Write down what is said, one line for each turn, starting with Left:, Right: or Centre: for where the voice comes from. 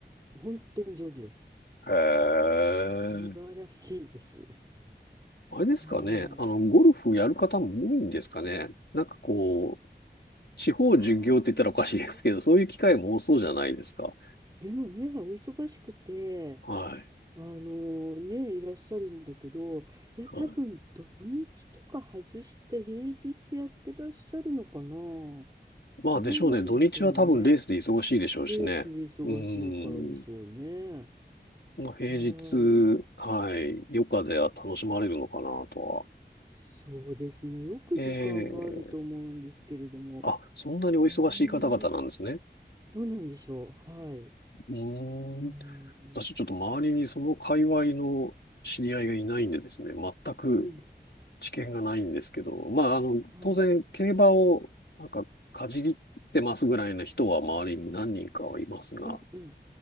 Right: 本当に上手です。
Left: へえ。
Right: 素晴らしいです。<laughs>
Left: あれですかね。
Right: はい。
Left: あの、ゴルフやる方も多いんですかね。なんかこう、地方巡業って言ったらおかしいですけど、
Right: いやー、
Left: そういう機会も多そうじゃないですか。
Right: でもね、お忙しくて、
Left: はい。
Right: あのね、いらっしゃるんだけど、いや、
Left: はい
Right: 多分土日とか外して平日やってらっしゃるのかな。
Left: まあでしょうね。
Right: 何なんでしょうね。
Left: 土日は多分レースで忙しいでしょうしね。
Right: レースで忙しいからでしょうね。
Left: うーん。まあ、平日、
Right: ああ、よく、
Left: はい。余暇では楽しまれるのかなとは。
Right: そうですね。よく時間があると思うんですけれども。
Left: ええあ、そんなにお忙しい方々なんですね。
Right: ねえ、どうなんでしょう。はい。
Left: うーん。
Right: うん、
Left: 私ちょっと周りにその界隈の知り合いがいないんでですね。全く
Right: うん、
Left: 知見がないんですけど。まあ、あの、
Right: はい。
Left: 当然競馬をなんかかじりってますぐらいな人は周りに何人かはいますが、
Right: うん、うん。